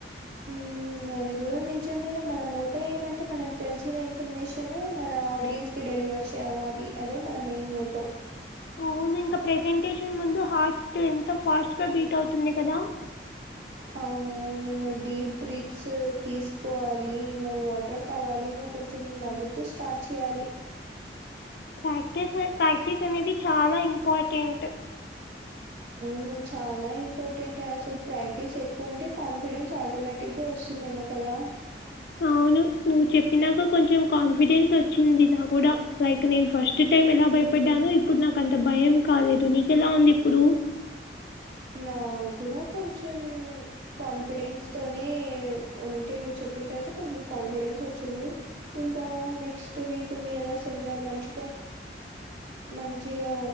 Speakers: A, on the right; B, on the left.
A: మ్ అది కూడా నిజమేలే మన మోటో ఏమంటే మనకు తెలిసిన ఇన్ఫర్మేషన్ మన ఆడియన్స్ ి డెలివర్ చేయాలా అది అదే మన మెయిన్ మోటవ్
B: అవును ఇంకా ప్రెజెంటేషన్ ముందు హార్ట్ ఎంత ఫాస్ట్ గా బీట్ అవుతుంది కదా
A: అవును ఇంకా డీప్ బ్రీత్స్ తీసుకోవాలి ఇంకా వాటర్ తాగాలి ఇంకా కొంచెం నవ్వుతూ స్టార్ట్ చేయాలి
B: ప్రాక్టీసెస్ ప్రాక్టీస్ అనేది చాలా ఇంపార్టెంట్
A: నువ్వు చాలా ఇంపార్టెంట్ అసలు ప్రాక్టీస్ ఎక్కువ ఉంటే కాన్ఫిడెన్స్ ఆటోమేటిక్ గా వస్తుందేమో కదా
B: అవును నువ్వు చెప్పినాక కొంచెం కాన్ఫిడెన్స్ వచ్చింది నా కూడా లైక్ నేను ఫస్ట్ టైం ఎలా
A: మ్మ్
B: భయపడ్డాను ఇప్పుడు నాకు అంత భయం కాలేదు నీకెలా ఉంది ఇప్పుడు
A: నా కూడా కొంచెం కాన్ఫిడెన్స్ తోనే ఉంటే నువ్వు చెప్పిన తర్వాత కొంచెం కాన్ఫిడెన్స్ వచ్చింది ఇంకా నెక్స్ట్ వీక్ ఉంది గదా సెమినార్ మంచిగా మంచిగా